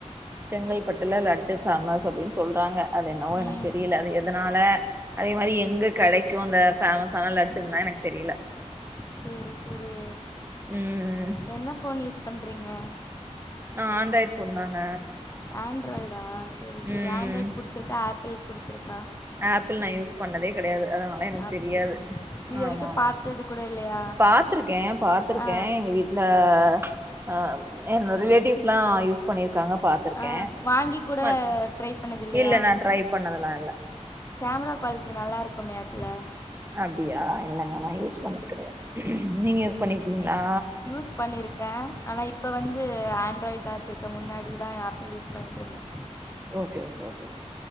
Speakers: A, on the right; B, on the left.
A: செங்கல்பட்டுல லட்டு ஃபேமஸ் அப்படின்னு சொல்றாங்க அது என்னவோ எனக்கு
B: ம்
A: தெரியல அது எது எதனால அதே மாதிரி எங்க கிடைக்கும் அந்த ஃபேமஸ்ஸான லட்டுன்லா எனக்கு தெரியல
B: சேரி சேரி
A: ம்
B: என்ன ஃபோன் யூஸ் பண்றீங்க
A: நா ஆண்ட்ராய்ட் ஃபோன் தாங்க
B: ஆண்ட்ராய்டா சேரி சேரி
A: ம்
B: ஆண்ட்ராய்டு பிடிச்சிருக்கா ஆப்பிள் பிடிச்சிருக்கா
A: ஆப்பிள் நா யூஸ் பண்ணதே கெடையாது அதனால எனக்கு
B: அப்படியா
A: தெரியாது
B: இது
A: ஆமா
B: வரைக்கும்
A: ஆமா
B: பார்த்தது கூட இல்லையா
A: பாத்துருக்கேன் பாத் பாத்துருக்கேன்
B: ஆ
A: எங்க வீட்டுல அ எங்க ரிலேட்டிவ்ஸ் எல்லாம் யூஸ் பண்ணிருக்காங்க பா த்துருக்கேன்
B: ஆ வாங்கி கூட ட்ரை பண்ணது இல்லையா
A: இல்ல நா ட்ரை பண்ணதெல்லாம் இல்ல
B: கேமரா குவாலிட்டி நல்லா இருக்குமே அதுல
A: அப்டியா இல்லங்க நா யூஸ் பண்ணது கிடையாது நீங்க
B: சரி
A: யூஸ் பண்ணி இருக்கீங்களா
B: சரி யூஸ் பண்ணிருக்கேன் ஆனா இப்ப வந்து ஆண்ட்ராய்டு தா வச்சிரு க்க முன்னாடி தா ஆப்பிள் யூஸ் பண்ணிட்டு இருந்தேன்
A: ஓகே ஓகே ஓகேம்மா